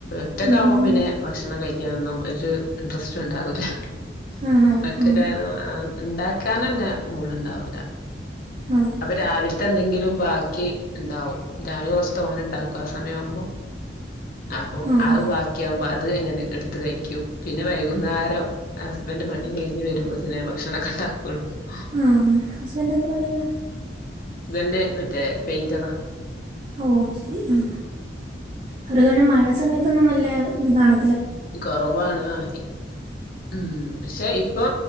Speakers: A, on the left; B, on the right.
A: ഒറ്റക്ക്
B: അതെ
A: ആവുമ്പോ പിന്നെ ഭക്ഷണം കഴിക്കാനൊന്നും ഒരു ഇൻട്രസ്റ്റ് ഉണ്ടാവൂല്ല
B: ആഹ്
A: മറ്റൊരാ
B: ആണ്
A: ഉണ്ടാക്കി <unintelligible> മൂട്ണ്ടാവില്ല
B: അതെ
A: അപ്പൊ രാവ് <unintelligible> എന്തെങ്കിലും ബാക്കി ഉണ്ടാവും രാവിലെ കുറച്ച് തോന ഉണ്ടാക്കും ആ സമയവുമ്പോ അപ്പൊ
B: ആഹ്
A: അത് ബാക്കിയാകും ബ അത് എങ്ങനെ എടുത്ത് കഴിക്കും പിന്നെ വൈകുന്നേരം ഹസ്ബൻഡറ് പണി കഴിഞ്ഞ് വരുമ്പോ തന്നെ ഭക്ഷണക്കെ <unintelligible> <unintelligible>
B: ആ ഹസ്ബൻഡ് എന്തു പണിയാ?
A: ഇതന്റെ മറ്റേ പെയിന്ററാ
B: ഓ ശരി ആ അവർക്ക് പിന്നെ മഴ സമയത്തൊന്നും വല്ല ഇതാണ്
A: കൊറവാണ് ആ ഉം പക്ഷെ ഇപ്പൊ